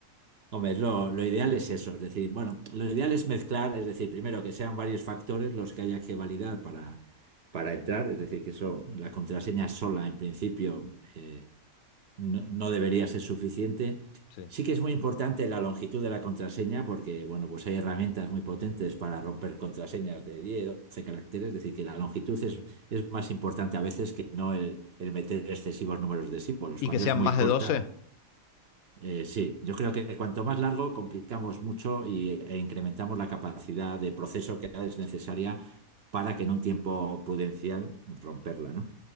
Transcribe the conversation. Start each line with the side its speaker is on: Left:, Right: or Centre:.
Right: Hombre, es lo, lo ideal es eso, es decir, bueno, lo ideal es mezclar, es decir, primero que sean varios factores los que haya que validar para, para entrar, es decir, que eso, la contraseña sola en principio eh, no, no debería ser suficiente.
Left: Sí,
Right: Sí que es muy importante la longitud de la contraseña porque, bueno, pues hay herramientas muy potentes para romper contraseñas de 10 12 caracteres, es decir, que la longitud es, es más importante a veces que no el, el meter excesivos números de símbolos.
Left: ¿Y
Right: Cuando
Left: que sean
Right: es muy
Left: más
Right: corta
Left: de doce
Right: eh, sí, yo creo que cuanto más largo, complicamos mucho y, e incrementamos la capacidad de proceso que es necesaria para que en un tiempo prudencial romperla, ¿no?